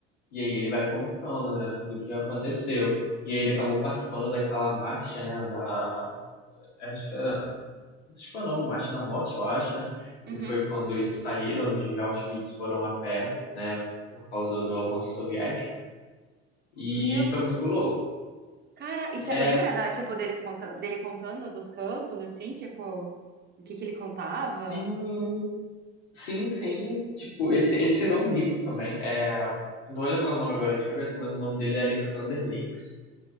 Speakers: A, on the left; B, on the right.
A: E aí ele vai contando, né, tudo o que aconteceu. E aí ele acabou participando daquela marcha, né, da, acho que era acho que foi o nome Marcha da Morte, eu acho, né?
B: Uhum.
A: Que foi quando eles saíram de Auschwitz, foram a pé, né? Por causa do avanço soviético. E
B: Meu,
A: foi muito louco.
B: cara, e
A: E
B: você lembra
A: é,
B: da, tipo, deles contando, dele contando dos campos, assim? Tipo, o que que ele contava?
A: sim, sim, sim. Tipo, ele, te- ele escreveu um livro também. É, não vou lembrar o nome agora de cabeça, mas o nome dele é Alexander Lakes.